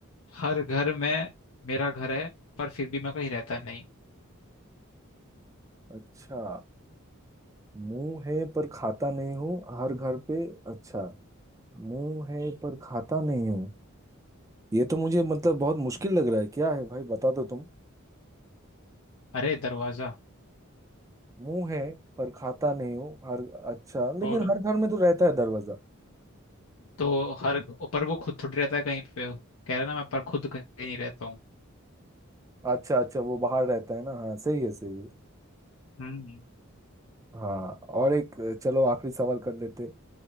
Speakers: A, on the left (about 65°); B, on the right (about 15°).
A: हर घर में मेरा घर है पर फिर भी मैं कहीं रहता नहीं
B: अच्छा मुंह है पर खाता नहीं हूँ हर घर पे अच्छा मुंह है पर खाता नहीं हूँ ये तो मुझे मतलब बहुत मुश्किल लग रहा है क्या है भाई बता दो तुम
A: अरे दरवाजा
B: मुंह है पर खाता नहीं हूँ हर अच्छा लेकिन
A: और
B: हर घर में तो रहता है दरवाजा
A: तो हर पर वो खुद थोड़ी रहता है कहीं पे कह रहा ना मैं पर खुद कहीं नहीं रहता हूँ
B: अच्छा अच्छा वो बाहर रहता है ना हाँ सही है सही है
A: हम्म
B: हाँ और एक चलो आखिरी सवाल कर लेते